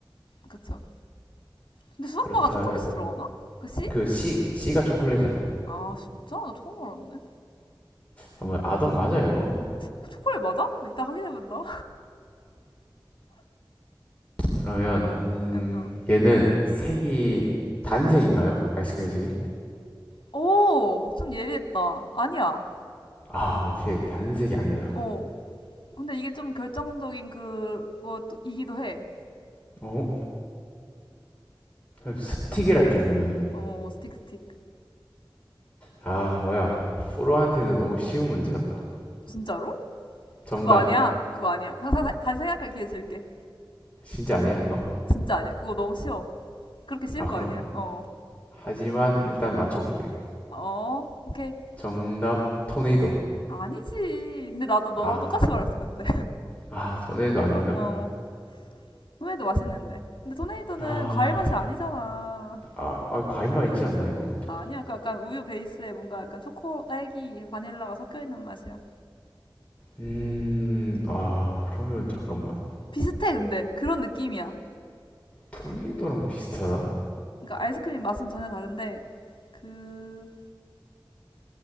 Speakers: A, on the left; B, on the left.
A: 그쵸. 근데 수박바가
B: 그렇다면
A: 초콜릿이 들어가나? 그 씨?
B: 그 씨.. 씨가 초콜릿이잖아.
A: 아, 진짜? 나 처음 알았네.
B: 아, 뭐 아동 맞아 이거?
A: 그 초콜릿 맞아? 근데 이따 확인해본다.
B: 그러면 음,
A: <laughs> 응응.
B: 얘는 색이 단색인가요? 아이스크림 색이?
A: 오, 좀 예리했다. 아니야.
B: 아, 오케이. 단색이 아니다.
A: 어. 근데 이게 좀 결정적인 그것이기도 해.
B: 어? 스틱이라 했지 분명히.
A: 어, 스틱 스틱.
B: 아, 뭐야. 프로한테는 너무 쉬운 문제였다.
A: 진짜로?
B: 정답
A: 그거 아니야. 그거 아니야. 다, 다, 다시 생각할 기회 줄게.
B: 진짜 아니야 이거?
A: 진짜 아니야. 그거 너무 쉬워. 그렇게 쉬운
B: 아, 그럼
A: 거 아니야. 어.
B: 하지만 일단 맞춰볼게.
A: 어, 오케이.
B: 정답 토네이도.
A: 아니지. 근데 나도 너랑
B: 아,
A: 똑같이 말했어, 그때.
B: 아 토네이도 아닌가?
A: <laughs> 어. 토네이도 맛있는데. 근데 토네이도는
B: 아,
A: 과일 맛이 아니잖아.
B: 아, 아 과일만 있지 않나 이거?
A: 아니야. 그 약간 우유 베이스에 뭔가 약간 초코, 딸기, 바닐라가 섞여 있는 맛이야.
B: 음, 아 그러면 잠깐만.
A: 비슷해, 근데. 그런 느낌이야.
B: 토네이도랑 비슷하다?
A: 그러니까 아이스크림 맛은 전혀 다른데, 그,